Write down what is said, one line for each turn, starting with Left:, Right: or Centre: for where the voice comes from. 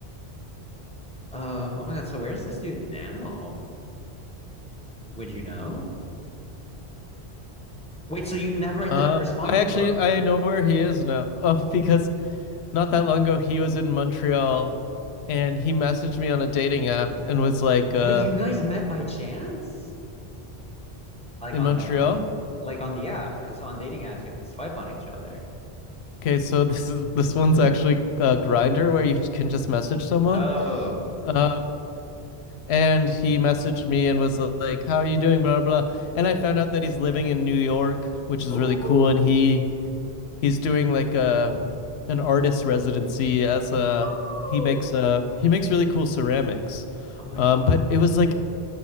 Centre: um, oh my God, so where's this dude now? Would you know? Wait, so you never ended
Left: um
Centre: up responding
Left: i actually
Centre: to him?
Left: i know where he is now <laughs> uh, because not that long ago he was in Montreal and he messaged me on a dating app and was like uh
Centre: Wait, you guys met by chance? Like
Left: in
Centre: on
Left: Montreal
Centre: the app? Like on the app, because on dating apps you have to swipe on each other.
Left: okay so <laughs> this is this one's actually a grinder where you can just message someone
Centre: Oh.
Left: um and he messaged me and was like how are you doing blah blah and I found out that he's living in New York which is
Centre: Ooh.
Left: really cool and he he's doing like a an artist residency as a
Centre: Ooh.
Left: he makes a he makes really cool ceramics
Centre: Oh my
Left: um
Centre: God.
Left: but it was like